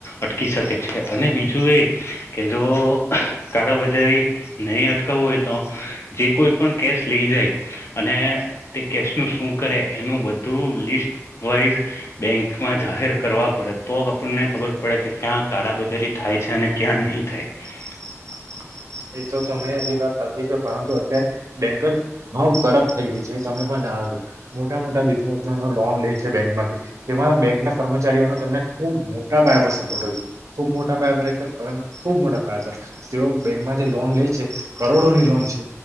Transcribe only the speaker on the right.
<inaudible> એ તો તમે એજી વાત સાચી છે પરંતુ અત્યારે બેંક જ બ ખરબ થઈ ગઈ છે તમે પણ. મોટા મોટા બિઝનેસમે લોન લ છે બેંકમાંથી તેમાં બેંક ના કર્મચારીઓને ખબ મોટા પયા પર સપોર્ટય ખુબ મોટા પયા પર એટલે કર ખુબ મોટા પયા પર જે બેક માંથી લોન લે છે કરોડો ની લોન છે